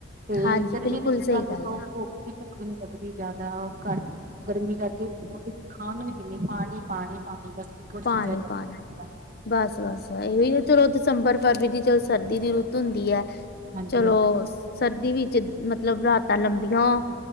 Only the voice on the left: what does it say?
ਹਾਂਜੀ
ਬਿਲਕੁਲ
ਸਹੀ
ਗੱਲ
ਹੈ
ਪਾਣੀ
ਪਾਣੀ।
ਬਸ ਬਸ, ਇਹੋ ਈ ਐ। ਚਲੋ ਦਸੰਬਰ ਫਰਵਰੀ ਚ ਜਦ ਸਰਦੀ ਦੀ ਰੁੱਤ ਹੁੰਦੀ ਐ
ਚਲੋ
ਸਰਦੀ ਵਿੱਚ ਮਤਲਬ ਰਾਤਾਂ ਲੰਬੀਆਂ ਓ